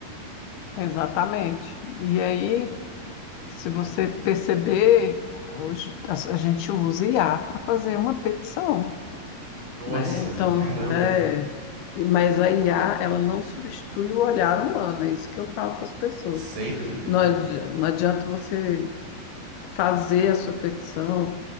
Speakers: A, on the left; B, on the right.
A: exatamente. E aí, se você perceber, hoje a a gente usa IA para fazer uma petição,
B: Nossa,
A: né? Então,
B: caramba.
A: é, e- mas a IA, ela não substitui o olhar humano, é isso que eu falo para as pessoas.
B: Sem dúvida.
A: Não adi- não adianta você fazer a sua petição,